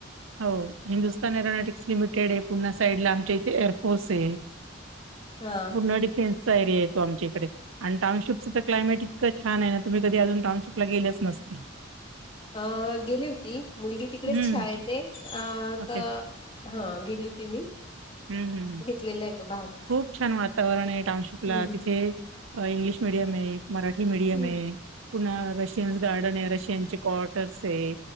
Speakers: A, on the right; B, on the left.
A: हो हिंदुस्तान एरोनॉटिक्स लिमिटेड आहे पुूर्णा साइड ला आमच्या इथे एअरफोर्स आहे
B: हा
A: पूर्ण डफेन्सचा एरिया येतो आमच्या इकडे, आणि टाऊनशिपचं तर क्लायमेट इतक छान आहे ना तुम्ही कधी अजून टऊनशिपला गेलेच नसतील,
B: अ गेली होती मुलगी तिकडेच
A: हं,
B: शाळेत ये अ
A: ओके.
B: तर - हा गेली होती मी.
A: हम्म हम्म हम्म.
B: लेला आहे तो भाग
A: खूप छान वातावरण आहे टाऊनशिपला
B: हम्म.
A: तिथे अ इंग्लिश- मिडीयम आहे मराठी मिडीयम
B: हम्म
A: आहे पुन्हा रशियनस गार्डन आहेत रशियन चे कॉटर्स आहे